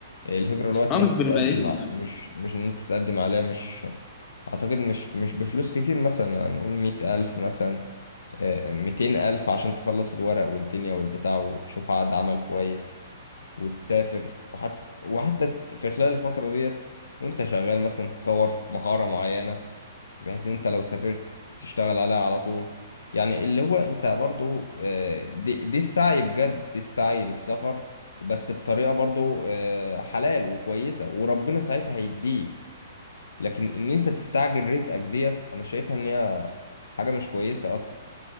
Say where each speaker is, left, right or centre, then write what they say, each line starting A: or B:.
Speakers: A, on the left (about 70°); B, on the left (about 30°).
A: الهجره الوقت
B: أه
A: ان
B: مش
A: انت
B: بالملايين
A: تقدم ع-
B: يعني
A: مش مش ان انت تقدم عليها مش اعتقد مش مش بفلوس كتير مثلا هنقول مئة الف مثلا آه، ميتين الف عشان تخلص الورق والدنيا والبتاع وتشوف عقد عمل كويس وتسافر وحتى وحتى ت- في خلال الفترة ديت وانت شغال مثلا تطور في مهارة معينة بحيث ان انت لو سافرت تشتغل عليها على طول يعني اللي هو انت برضو آه، دي, دي السعي بجد دي السعي للسفر بس بطريقة برضو آه، حلال وكويسة وربنا ساعتها هيديك لكن ان انت تستعجل رزقك ديت انا شايفها ان هي حاجة مش كويسة اصلا